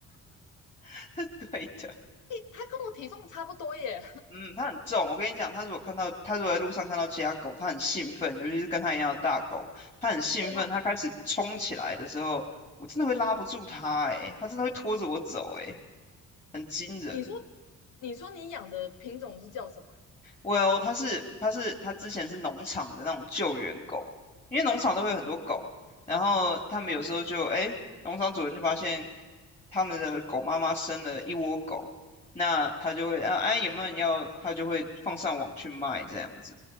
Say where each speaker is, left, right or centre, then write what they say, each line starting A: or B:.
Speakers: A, on the left; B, on the left.
A: <laughs> 对的，
B: 诶，它跟我体重差不多耶！
A: 嗯，它很重。我跟你讲，它如果看到它如果在路上看到其他狗，它很兴奋，尤其是跟它一样的大狗，它很兴奋，
B: <laughs> 哇，
A: 它开始冲起来的时候，我真的会拉不住它，诶，它真的会拖着我走，诶，很惊人。
B: 你说，你说你养的品种是叫什么？
A: Well，它是它是它之前是农场的那种救援狗，因为农场都会有很多狗，然后他们有时候就诶，农场主人就发现他们的狗妈妈生了一窝狗，那他就会啊哎有没有人要，他就会放上网去卖这样子，